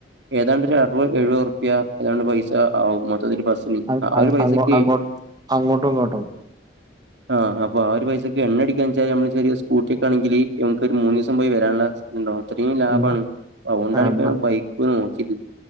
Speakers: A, on the right (about 75°); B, on the right (about 25°).
A: ഏതാണ്ട്രു അറുപത് എഴുപറ്റുപ്യ ഏതാണ്ട് പൈസ ആവും മൊത്തത്തില് ഒരു ബസിന്
B: അ-
A: ആ
B: അ-
A: ഒരു പൈസക്ക്
B: അങ്ങോ അങ്ങോട്ട് അങ്ങോട്ടും ഇങ്ങോട്ടും
A: ആഹ് അപ്പ ആ ഒരു പൈസക്കെ എണ്ണടിക്കാന്ന് വെച്ചാൽ നമ്മള് യ സ്കൂട്ടിൊക്കെ ആണെങ്കില് നമുക്കൊരു മൂന്ന് ദിവസം പോയി വരാനുള്ളണ്ടും അത്രയും ലാഭമാണ്
B: ഉം.
A: അതുകൊണ്ടാണ്
B: ആ എന്നാ
A: ഇപ്പപ്പോ ബൈക്ക് ക്കുത്